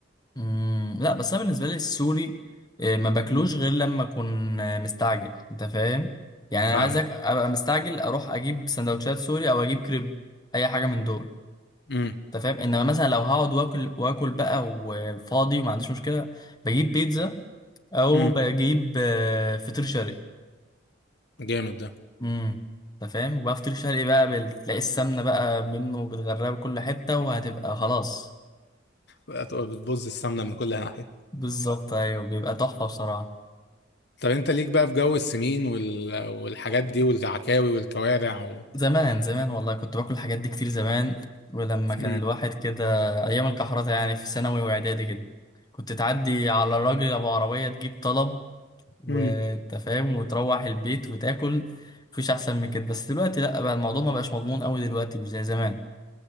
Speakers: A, on the left (about 20°); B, on the left (about 65°).
A: مم، لا بس انا بالنسبه لي السوري آه، ما باكلوش
B: مم.
A: غير لما اكون آه، مستعجل انت فاهم يعني
B: فاهمك
A: انا عايزك ابقى مستعجل اروح اجيب سندوتشات سوري او اجيب كريب اي حاجه من دول
B: امم
A: انت فاهم انما مثلا لو هقعد واكل واكل بقى وفاضي وما عنديش مشكله بجيب بيتزا او
B: امم
A: بجيب آه، فطير شرقي
B: جامد ده
A: امم انت فاهم وبقى فطير شرقي بقى بال- تلاقي السمنه بقى منه بتغرقها بكل حته وهتبقى خلاص
B: هتبقى بتبوظ السمنه من كل ناحيه
A: بالظبط ايوه بيبقى تحفه بصراحه
B: طب انت ليك بقى في جو السمين وال... والحاجات دي والعكاوي والكوارع و...
A: زمان زمان والله كنت باكل الحاجات دي كتير زمان ولما كان
B: امم
A: الواحد كده ايام الكحرطة يعني في ثانوي واعدادي كده كنت تعدي على الراجل ابو عربية تجيب طلب وانت
B: ليه؟
A: فاهم وتروح البيت وتاكل مفيش احسن من كده بس دلوقتي لا بقى الموضوع ما بقاش مضمون قوي دلوقتي مش زي زمان